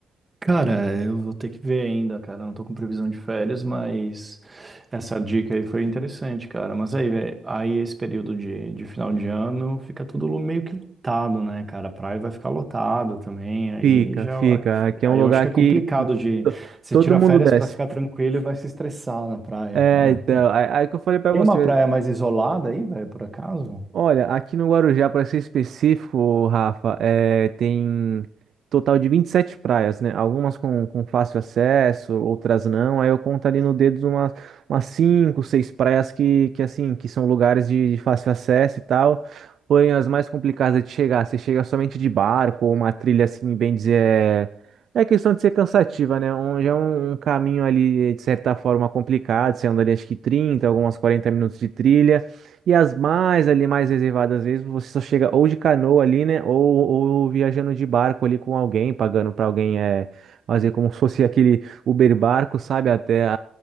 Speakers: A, on the right; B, on the right.
A: Cara, eu vou ter que ver ainda, cara. Não tô com previsão de férias, mas essa dica aí foi interessante, cara. Mas aí, velho, aí esse período de, de final de ano fica tudo lu- meio que lotado, né, cara? A praia vai ficar lotada também. Aí
B: Fica,
A: já,
B: fica.
A: eu acho-
B: Aqui
A: aí
B: é um lugar
A: eu acho que é
B: que,
A: complicado
B: que
A: de
B: to-
A: você
B: todo
A: tira
B: mundo
A: férias
B: desce.
A: pra ficar tranquilo e vai se estressar na praia,
B: É,
A: cara.
B: então, aí aí que eu falei para
A: Tem
B: você.
A: uma praia mais isolada aí, velho, por acaso?
B: Olha, aqui no Guarujá, para ser específico, Rafa, é, tem total de 27 praias, né? Algumas com, com fácil acesso, outras não. Aí eu conto ali no dedo umas, umas 5, 6 praias que, que, assim, que são lugares de, de fácil acesso e tal. Porém, as mais complicadas de chegar, você chega somente de barco ou uma trilha, assim, bem dizer, é, é questão de ser cansativa, né? Um, já é um, um caminho ali, de certa forma, complicado. Você anda ali, acho que 30, algumas 40 minutos de trilha. E as mais ali, mais reservadas, às vezes você só chega ou de canoa ali, né? Ou, ou viajando de barco ali com alguém, pagando para alguém é, fazer como se fosse aquele Uber barco, sabe? Até a,